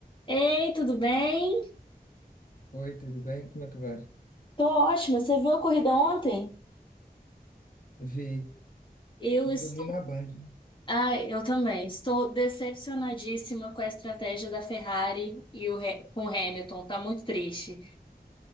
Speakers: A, on the left (about 30°); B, on the left (about 60°).
A: Ei, tudo bem?
B: Oi, tudo bem? Como é que vai?
A: Tô ótima. Você viu a corrida ontem?
B: Vi,
A: Eu estou.
B: eu vi na Band.
A: Ah, eu também. Estou decepcionadíssima com a estratégia da Ferrari e o He- com o Hamilton. Tá muito triste.